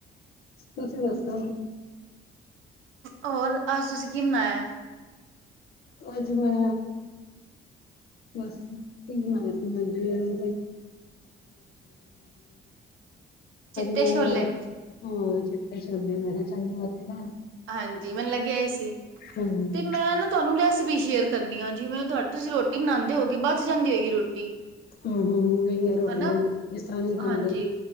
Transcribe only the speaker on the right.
ਹੋਰ ਅੱਜ ਤੁਸੀਂ ਕੀ ਬਣਾਇਆਂ?
ਚਿੱਟੇ
ਛੋਲੇ
ਹਾਂਜੀ ਮੈਨੂੰ ਲੱਗਿਆ ਈ ਸੀ
'ਤੇ ਮੈਂ ਨਾ ਤੁਹਾਨੂੰ ਰੈਸਿਪੀ ਸ਼ੇਅਰ ਕਰਨੀ ਆ ਜਿਵੇਂ ਤੁਹਾ ਤੁਸੀਂ ਰੋਟੀ ਬਣਾਂਦੇ ਹੋਗੇ ਬਚ ਜਾਂਦੀ ਹੋਏਗੀ ਰੋਟੀ।
ਹਨਾ
ਹਾਂਜੀ